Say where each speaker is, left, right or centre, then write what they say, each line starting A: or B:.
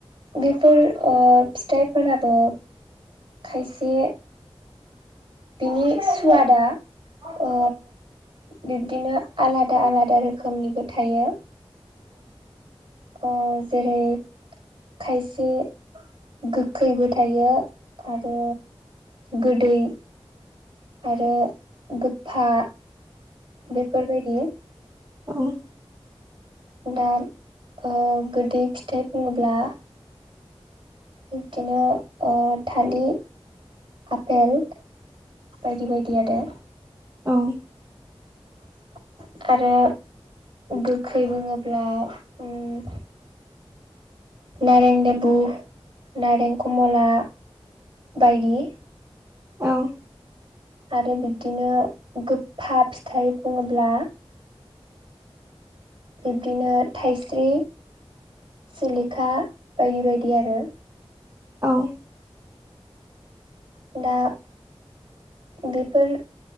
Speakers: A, on the right (about 60°); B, on the right (about 35°).
A: बेफोर ओ फिथाइफोराबो खायसे बिनि सुवादा ओ बिबदिनो आलादा आलादा रोखोमनिबो थायो। ओ जेरै खायसे गोखैबो थायो। आरो गोदै आरो गोफा बेफोरबायदि
B: औ
A: दा ओ गोदै फिथाइ बुङोब्ला? बिदिनो ओ थालिर आपेल बायदि बायदि आरो।
B: औ
A: <inaudible> आरो गोखै बुङोब्ला उम। नारें लेबु नारें कम'ला बायदि।
B: औ औ
A: आरो बिब्दिनो गोफ्फा फिथाइ बुङोब्ला बिब्दिनो थाइस्रि। सिलिखा बायदि बायदि आरो।
B: औ।
A: दा बेफोर।